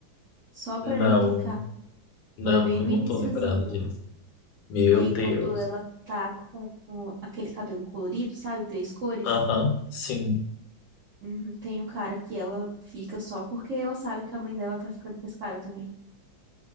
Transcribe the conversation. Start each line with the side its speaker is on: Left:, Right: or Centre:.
Right: Só pra
Left: Não,
Right: implicar?
Left: não,
Right: Foi bem
Left: eu
Right: no
Left: não
Right: iniciozinho,
Left: tô lembrado disso. Meu
Right: bem
Left: Deus.
Right: quando ela tá com o- aquele cabelo colorido, sabe? Três cores.
Left: Aham, sim.
Right: Uhum, tem um cara que ela fica só porque ela sabe que a mãe dela tá ficando com esse cara também.